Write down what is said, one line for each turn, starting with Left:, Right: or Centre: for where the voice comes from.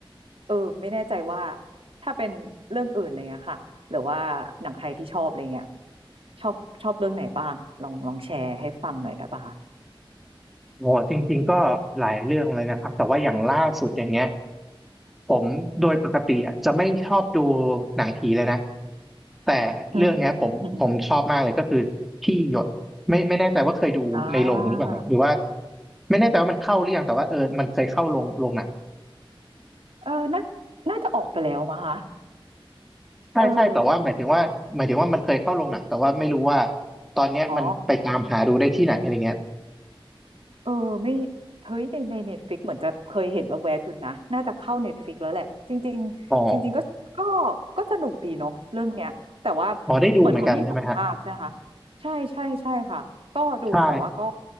Right: เออไม่แน่ใจว่าถ้าเป็นเรื่องอื่นอะไรเงี้ยค่ะหรือว่าหนังไทยที่ชอบอะไรเงี้ยชอบชอบเรื่องไหนบ้างลองลองแชร์ให้ฟังหน่อยได้ปะคะ
Centre: โอ้จริงๆก็หลายเรื่องเลยนะครับแต่ว่าอย่างล่าสุดอย่างเงี้ยผมโดยปกติอ่ะจะไม่ชอบดูหนังผีเลยนะแต่เรื่องเนี้ยผมผมชอบมากเลยก็คือที่หยดไม่ไม่แน่ใจว่าเคยดูในโรงหรือเปล่าครับหรือว่า
Right: อืมอืม <laughs> อ่า
Centre: ไม่แน่ใจว่ามันเข้าหรือยังแต่ว่าเออมันเคยเข้าโรงโรงหนัง
Right: เออน่าน่าจะออกไปแล้วมั้งคะ
Centre: ใช่ใช่แต่ว่าหมายถึงว่าหมายถึงว่ามันเคยเข้าโรงหนังแต่ว่าไม่รู้ว่า
Right: เออ
Centre: ตอนเนี้ยมันไปตามหาดูได้ที่ไหนอะไรเงี้ย
Right: อ๋อ เออไม่เฮ้ยในในเน็ตฟิกเหมือนจะเคยเห็นแวบๆอยู่นะน่าจะเข้าเน็ตฟิกแล้วแหละจริงๆจริงๆก็ก็
Centre: อ๋อ
Right: ก็สนุกดีเนาะเรื่องเนี้ยแต่ว่า
Centre: อ๋อได้ดูเหมือนกันใช่ไหมฮะ
Right: เหมือนเขามีสองภาคใช่ไหมคะใช่ใช่ใช่ค่ะก็ดูแต่ว่าก็
Centre: ใช่